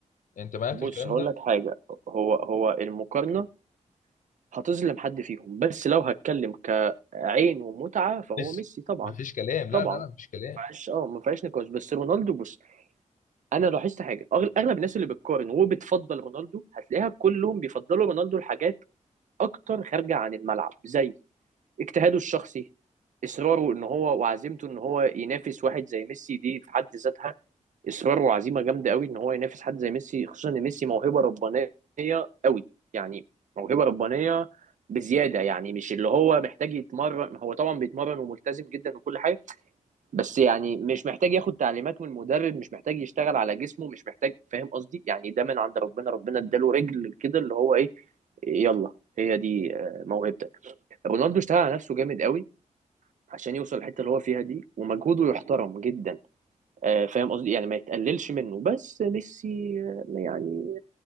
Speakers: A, on the left; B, on the right.
A: يعني انت معايا
B: بص
A: في الكلام
B: هقول
A: ده
B: لك حاجه هو هو المقارنه هتظلم حد فيهم بس لو هتكلم كعين ومتعه فهو
A: ميسي
B: ميسي طبعا
A: ما فيش كلام
B: طبعا
A: لا لا لا ما فيش كلام
B: فيهاش اه ما فيهاش نقاش بس رونالدو بص انا لاحظت حاجه أغل- اغلب الناس اللي بتقارن وبتفضل رونالدو هتلاقيها كلهم بيفضلوا رونالدو لحاجات اكتر خارجه عن الملعب زي اجتهاده الشخصي اصراره ان هو وعزيمته ان هو ينافس واحد زي ميسي دي في حد ذاتها اصرار وعزيمه جامده قوي ان هو ينافس حد زي ميسي خصوصا ان ميسي موهبه ربانيه قوي يعني موهبه ربانيه بزياده يعني مش اللي هو محتاج يتمرن هو طبعا بيتمرن وملتزم جدا وكل حاجه بس يعني مش محتاج ياخد تعليمات من المدرب مش محتاج يشتغل على جسمه مش محتاج فاهم قصدي يعني ده من عند ربنا ربنا اداله رجل كده اللي هو ايه يلا هي دي آه، موهبتك رونالدو اشتغل على نفسه جامد قوي عشان يوصل الحته اللي هو فيها دي ومجهوده يحترم جدا آه، فاهم قصدي يعني ما يتقللش منه بس ميسي آه، يعني